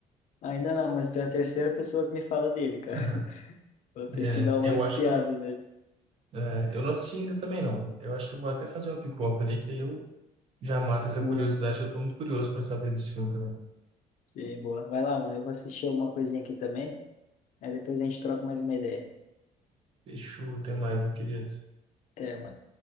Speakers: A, on the left; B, on the right.
A: Ainda não, mas tu é a terceira pessoa que me fala dele, cara.
B: <laughs>
A: <laughs> Vou ter
B: É,
A: que dar uma
B: eu
A: espiada
B: acho que eu,
A: nele.
B: é, eu não assisti ainda também não. Eu acho que eu vou até fazer uma pipoca ali, que aí eu já mato essa
A: Boa,
B: curiosidade,
A: boa.
B: que eu estou muito curioso para saber desse filme também.
A: Sim, boa. Vai lá, mano. Eu vou assistir alguma coisinha aqui também. Aí depois a gente troca mais uma ideia.
B: Deixa eu ter mais, meu querido.
A: Até, mano.